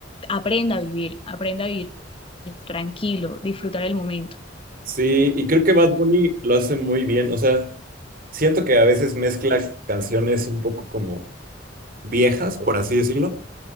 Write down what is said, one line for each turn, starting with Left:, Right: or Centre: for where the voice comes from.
Left: aprenda a vivir, aprenda a vivir tranquilo, disfrutar el momento.
Right: Sí, y creo que Bad Bunny lo hace muy bien. O sea, siento que a veces mezcla canciones un poco como viejas, por así decirlo,